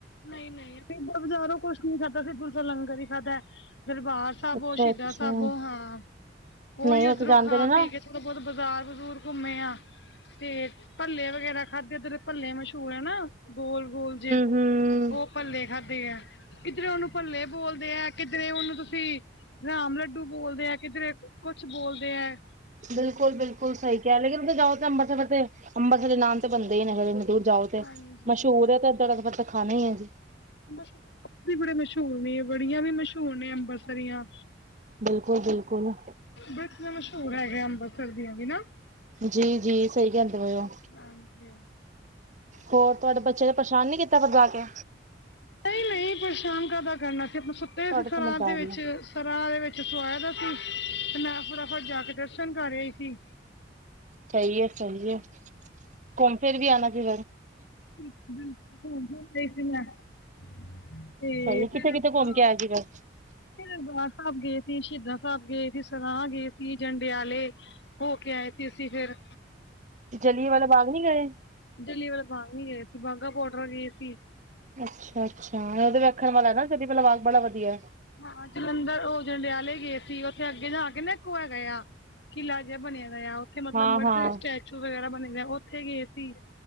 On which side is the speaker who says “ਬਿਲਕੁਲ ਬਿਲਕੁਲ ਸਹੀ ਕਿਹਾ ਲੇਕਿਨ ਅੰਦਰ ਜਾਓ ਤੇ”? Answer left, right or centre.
Right